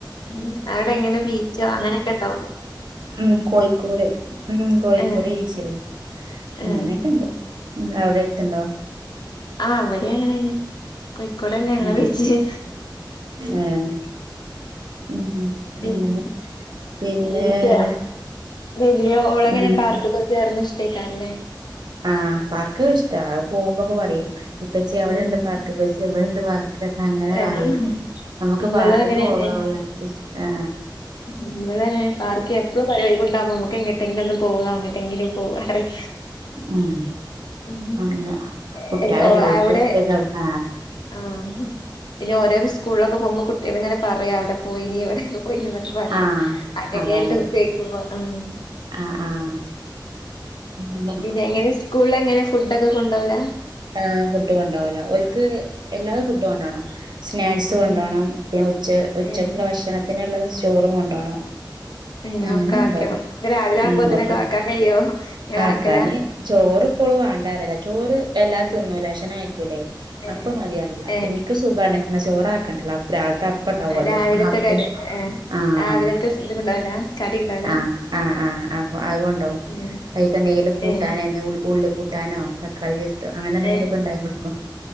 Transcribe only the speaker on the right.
ഉം കോഴിക്കോട് ഉം കോഴിക്കോട്
ബീച്ചില്ലേ അങ്ങനെക്കെ
ഇണ്ട് ഉം അവടെ എട്ത്ത്ണ്ടോ
ഉം
ഏഹ് ഉം
അങ്ങനെ പിന്നെ
വേറെ
ഉം
ആ പാർക്ക് ഇഷ്ട അത് പോവുമ്പോക്കെ പറിം ഇപ്പച്ചി അവ്ടെണ്ട്
പാർക്ക് ഇപ്പച്ചി ഇവടെണ്ട് പാർ ക്ക് അങ്ങനെ
പറിം നമ്മുക്ക്
പാർക്ക്ക്ക്
പോവ വള്ളത്തില് ആ
ഉം
അങ്ങനെ കുട്ടികളല്ലേ
ഓൽക്ക്
ഇഷ്ടേക്കാരം ആഹ്
ആഹ്
അതാണ്
ആഹ് ആഹ് അങ്ങനെ
ആഹ് ഫുഡ് കൊണ്ട് പോവ്‌ല ഓ ല്ക്ക് എല്ലാതെ ഫുഡ് കൊണ്ടോകണം സ്നാക്സ് കൊണ്ടോണം
പിന്നെ ഉച്ച ഉച്ചക്കുള്ള
ഭക്ഷണത്തിനുള്ള ചോറും കൊണ്ടുപോണം
അങ്ങനെ
കൊണ്ടുപോകും
ഉം
നോക്ക്
ആക്കാന് ചോറിപ്പോളും വാണ്ടാന്ന്പറല്ല ചോറ് എല്ലാ തിന്നൂല ഭക്ഷണം കയിക്കൂല്ലേ
അപ്പൊ മതിയാനല്ല അപ്പ
എനിക്ക് സുഖാണ് പിന്നെ ചോറ് ആക്കണ്ടല്ലോ രാവിലത്തെ അപ്പ ഒണ്ടാവല്ലോ
ആ അപ്പം
ആഹ്
ആഹ് ആഹ് ആഹ് അപ്പൊ അതുകൊണ്ടൊവും
വൈകിട്ട് എന്തേലും കൂട്ടാനരിഞ്ഞ
ഉള്ളി - കൂട്ടാനോ തക്കാളി <unintelligible> അങ്ങനെ എന്തേലുംയൊക്കെ
ഒണ്ടാക്കി കൊടുക്കോ